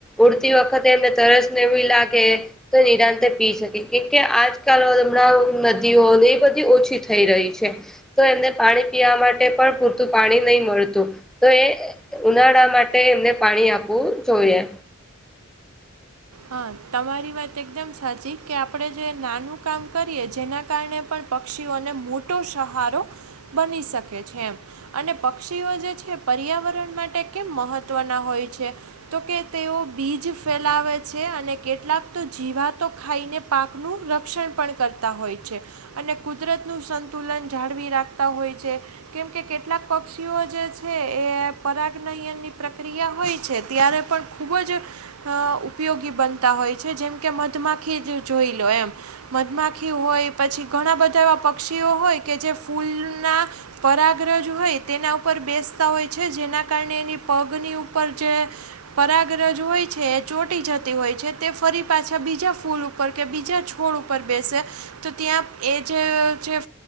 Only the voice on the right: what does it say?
હા તમારી વાત એકદમ સાચી કે આપણે જો નાનું કામ કરીએ જેના કારણે. પણ પક્ષીઓને મોટો સહારો બની શકે છે એ. અને પક્ષીઓ જે છે પર્યાવરણ માટે કેમ મહત્વના હોય છે તો કે તેઓ બીજ ફેલાવે. છે અને કેટલાક તો જીવાતો ખાઈને પાકનું રક્ષણ પણ કરતા હોય છે. અને કુદરત નું સંતુલન જાળવી રાખતા હોય છે. કેમ કે કેટલાક પક્ષીઓ જે છે એ પરાગનયન ની પ્રક્રિયા હોય છે ત્યારે પણ. ખૂબ જ ઉપયોગી બનતા હોય છે જેમ કે મધમાખી જ જોઈ લો એમ મધમાખી હોય પછી ઘણા બધા એવા પક્ષીઓ હોય કે જે ફૂલના પરાગ્રજ હોય તેના ઉપર બેસતા હોય છે જેના કારણે એની પગની ઉપર જે પરાગ્રજ હોય છે ચોટ પટી જતી હોય છે તે ફરી પાછા બીજા ફૂલ ઉપર કે બીજા છોડ ઉપર બેસે તો ત્યાં એ જે